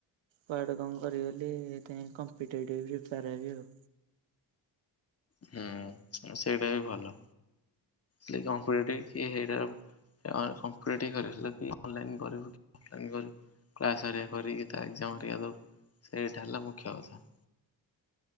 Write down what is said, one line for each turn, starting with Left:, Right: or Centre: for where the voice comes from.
Right: କୁଆଡେ କଣ କରିବି ବଲି ହେଇଥିପାଇ କମ୍ପି ଡେଟିଭ୍ ପ୍ରିପାର୍ ହେବି ଆଉ।
Left: ହୁଁ ସେଇଟା ବି ଭଲ କି କମ୍ପଡ଼େଟିଭ୍ ସେଇଟା କମ୍ପିଟେଟିଭ ଟ କରିବ କି ଅନଲାଇନ୍ କରିବ କି ଅଫଲାଇନ୍ କରିବୁ। କ୍ଲାସ ହେରିକା କରିକି ତା ଏଗ୍ ଜାମ୍ ହେରିକା ଦବୁ ସେଇଟା ହେଲା ମୁଖ୍ୟ କଥା।